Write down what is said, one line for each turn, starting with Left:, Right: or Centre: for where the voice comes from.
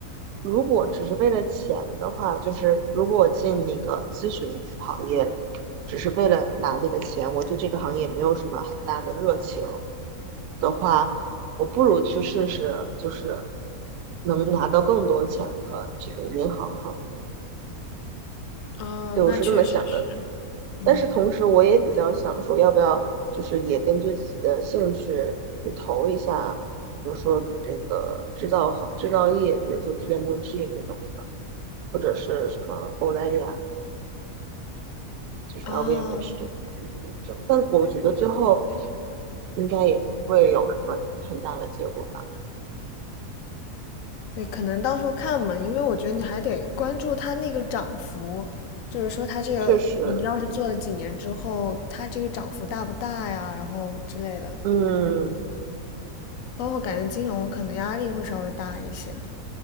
Right: 如果只是为了钱的话，就是如果我进那个咨询行业，只是为了拿那个钱，我对这个行业没有什么很大的热情的话，我不如去试试，就是能拿到更多钱的这个银行行业。
Left: 哦，
Right: 对，我是这么想的。
Left: 那确实是，嗯，
Right: 但是同时我也比较想说，要不要就是也根据自己的兴趣去投一下，比如说这个制造好制造业，比如说 PMG 这种，或者是什么欧莱雅，就是
Left: 哦，
Right: LVMH 这种感但我觉得最后应该也不会有什么很大的结果吧。
Left: 对，可能到时候看嘛，因为我觉得你还得关注它那个涨幅，就是说它这个你要是做了几年之后，
Right: 确实，
Left: 它这个涨幅大不大呀，然后之类的。
Right: 嗯，
Left: 包括感觉金融可能压力会稍微大一些，因